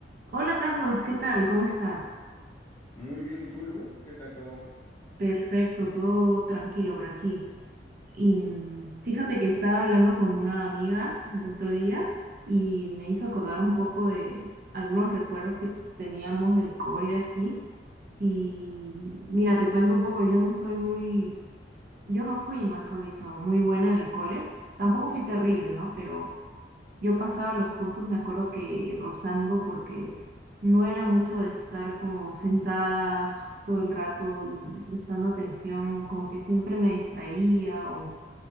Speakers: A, on the right; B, on the left.
A: Hola Carlos, ¿qué tal? ¿Cómo estás?
B: Muy bien, ¿y tú, Lu? ¿Qué tal todo?
A: Perfecto, todo tranquilo por aquí. Y mm, fíjate que estaba hablando con una amiga el otro día y me hizo acordar un poco de algunos recuerdos que teníamos del cole así. Y mira, te cuento un poco, yo no soy muy, yo no fui, mejor dicho, muy buena en el cole. Tampoco fui terrible, ¿no? Pero Yo pasaba los cursos, me acuerdo que rozando, porque no era mucho de estar como sentada todo el rato y prestando atención, como que siempre me distraía o